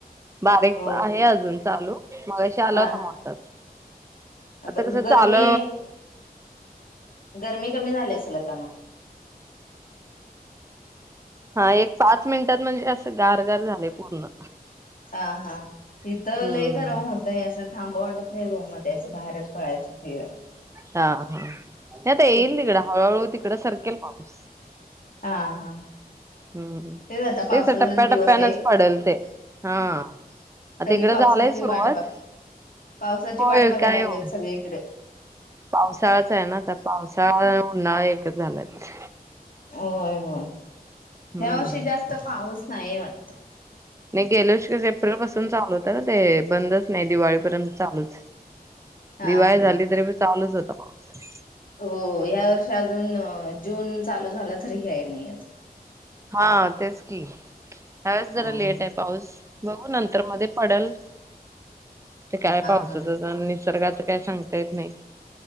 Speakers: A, on the right; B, on the left.
A: बारीक
B: हो
A: आहे. अजून चालू. मगाशी आला
B: हा
A: होता मोठाच
B: आता
A: कसं
B: गरमी
A: चालू
B: गरमी कमी झाल्यास चल आता म
A: हा एक पाच मिनिटात म्हणजे अस. गारगार झालय पूर्ण.
B: हा हा तिथ
A: हम्म
B: लय गरम होतय असं. थांबाव वाटत नाही रूममध्ये. असं बाहेरच पळायच <unintelligible>
A: हा हा आता येल कड हळूहळ ती इकंडे सरकेल पाऊस.
B: हा हा
A: हम्म
B: ते आता पावसाचे
A: तेच टप्प्या
B: दिवस
A: टप्प्यानच
B: आहे त.
A: पडेल ते हा आता
B: सगळी
A: इकडे
B: पावसाची
A: झालंय सुरुवात
B: वाट बघ, पावसाची
A: होय
B: वाट बघायला
A: काय
B: लागलीत
A: हो
B: सगळीकडे
A: पावसाळाच आहे ना? तर पावसाळा उन्हाळा- एक झालंच-
B: होय होय.
A: हम्म
B: ह्या वर्षी जास्त पाऊस नाहीय वाटत?
A: गेले वर्षी एप्रिल पासून चालू होत ना ते? बंदच नाही, दिवाळीपर्यंत चालूच-
B: हा
A: दिवाळी
B: हा
A: झाली तरी बी चालूच होता. पाऊस
B: हो -या वर्षी अजून- जून चालू झाला तरी, यायला नाही अजून-
A: हा- तेच- या वेळेस जरा
B: हा
A: लेट आहे पाऊस. बघू नंतर मध्ये पडेल. ते काय पावसाच
B: हा
A: <unintelligible> निसर्गाचं काय सांगता येत नाही.